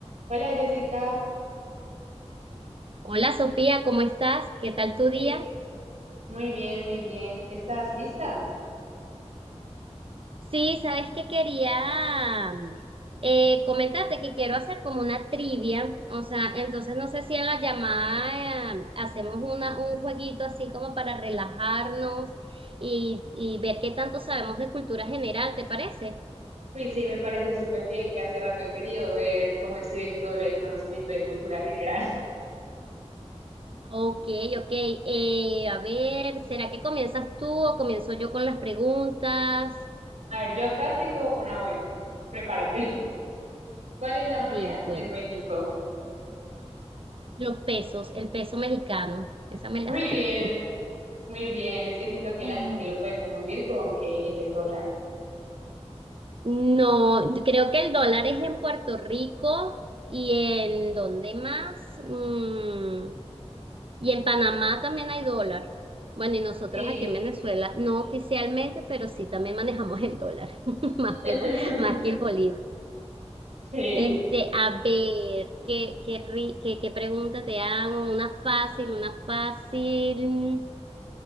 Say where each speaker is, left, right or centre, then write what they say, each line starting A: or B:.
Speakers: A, on the right; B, on the right.
A: Hola Jessica,
B: Hola Sofía, ¿cómo estás? ¿Qué tal tu día?
A: muy, muy bien, muy bien. ¿Estás lista?
B: Sí, sabes que quería mm, eh, comentarte que quiero hacer como una trivia, o sea, entonces no sé si en la llamada eh, hacemos una, un jueguito así como para relajarnos y, y ver qué tanto sabemos de cultura general, ¿te parece?
A: Pues sí, me parece súper bien que hace rato he querido ver cómo estoy en todo el conocimiento de cultura general.
B: Ok, ok. Eh, a ver, ¿será que comienzas tú o comienzo yo con las preguntas?
A: <laughs> A ver, yo acá tengo una buena. Prepárate. <laughs> ¿Cuál es la moneda
B: Dime, cuéntame.
A: de México?
B: Los pesos, el peso mexicano, esa me
A: Muy
B: la
A: bien,
B: sé.
A: muy bien. Es que siento que
B: <laughs>
A: la gente lo puede confundir con que es el dólar.
B: No, creo que el dólar es en Puerto Rico y en ¿dónde más? Mm, y en Panamá también hay dólar. Bueno, y nosotros
A: Sí.
B: aquí en Venezuela, no oficialmente, pero sí también manejamos el dólar, <laughs>
A: <laughs>
B: más que el, bo- más que el bolívar.
A: Sí.
B: Este, a ver, ¿qué, qué, ri- qué, qué pregunta te hago? Una fácil, una fácil.